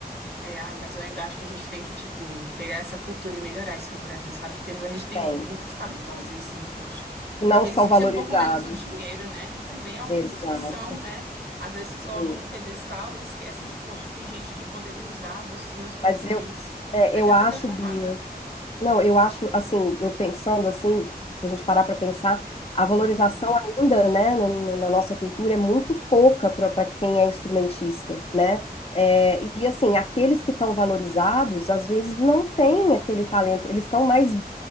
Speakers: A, on the right (about 80°); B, on the left (about 35°).
A: É, ai, mas eu ainda acho que a gente tem que, tipo, pegar essa cultura e melhorar isso no Brasil, sabe? Tem, a gente tem
B: Tem.
A: músicos talentosíssimos, poxa,
B: E não
A: e que
B: são
A: eles visem
B: valorizados.
A: um pouco menos o dinheiro, né? E também al-
B: Exato.
A: os que são, né? Às vezes se
B: Sim.
A: colocam num pedestal e esquecem que, poxa, tem gente que poderia usar dos meus conhecimentos
B: Mas eu, é,
A: para
B: eu
A: ter vida
B: acho,
A: transformada.
B: Bia. Não, eu acho, assim, eu pensando assim, se a gente parar para pensar, a valorização
A: Uhum,
B: ainda, né, no- no- na nossa cultura é muito pouca para quem é instrumentista, né? É, e assim, aqueles que estão valorizados, às vezes não têm aquele talento, eles estão mais